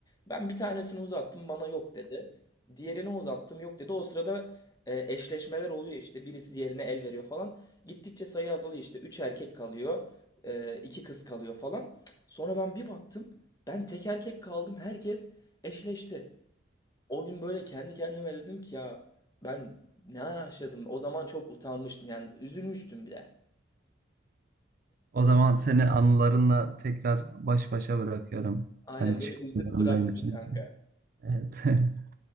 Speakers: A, on the left; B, on the right.
A: Ben bir tanesini uzattım, bana yok dedi. Diğerine uzattım, yok dedi. O sırada e, eşleşmeler oluyor işte, birisi diğerine el veriyor falan. Gittikçe sayı azalıyor işte, üç erkek kalıyor, e, iki kız kalıyor falan. Sonra ben bir baktım, ben tek erkek kaldım, herkes eşleşti. O gün böyle kendi kendime dedim ki ya ben ne yaşadım? O zaman çok utanmıştım yani üzülmüştüm bile.
B: O zaman seni anılarınla tekrar baş başa bırakıyorum.
A: Aynen
B: Ben çıkmalarındayım
A: beni üzüp bıraktın
B: zorundayım
A: kanka.
B: çünkü. Evet. <laughs>